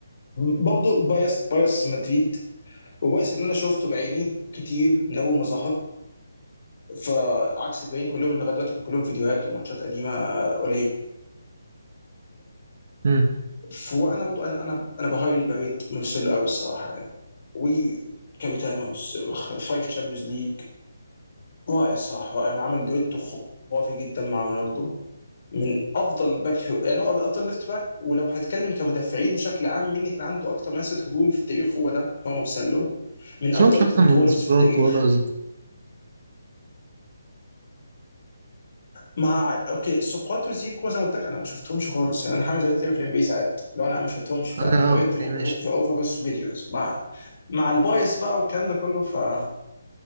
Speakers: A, on the left (about 55°); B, on the right (about 50°).
A: برضه بايس بايس مدريد وبايس ان انا شفته بعيني كتير من اول ما ظهر فعكس الباقيين كلهم اللي لغايه دلوقتي كان كلهم فيديوهات وماتشات قديمه قليله
B: مم.
A: ف- وانا برضه انا انا انا بهايلي بريت مارسيلو قوي الصراحه يعني وكابيتانوس فايف تشامبيونز ليج رائع صح رائع عمل دويتو خرافي جدا مع رونالدو من افضل باك يو- يعني هو افضل ليفت باك ولو هتكلم كمدافعين بشكل عام مين اللي كان عنده اكتر مسات هجوم في التاريخ هو ده هو مارسيلو من
B: بس
A: افضل
B: هو مش أحسن
A: كنترولرز
B: من سقراط
A: في التاريخ
B: ولا زيكو
A: مع اوكي سقوط وزيكو زي ما قلت لك انا ما شفتهمش خالص يعني انا حامل زمان بتعمل في الام بي ساعات لو انا ما شفتهمش فانا
B: آه، لا آه،
A: ببيت
B: اوكي
A: اوفر
B: ماشي
A: بس فيديوز مع مع البايس بقى والكلام ده كله فقعدت